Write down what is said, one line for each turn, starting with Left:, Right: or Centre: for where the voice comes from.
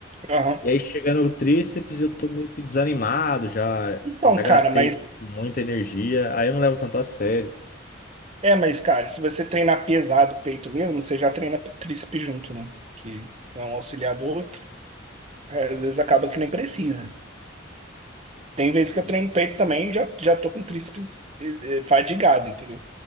Right: Aham.
Left: E aí chega no tríceps, eu tô meio que desanimado, já,
Right: Então,
Left: já gastei
Right: cara, mas.
Left: muita energia, aí eu não levo tanto a sério.
Right: É, mas, cara, se você treinar pesado o peito mesmo, você já treina tríceps junto, né? Que é um auxiliar do outro. É, às vezes acaba que nem precisa. Tem
Left: Sim.
Right: vezes que eu treino peito também e já, já tô com tríceps eh, eh, fadigado, entendeu?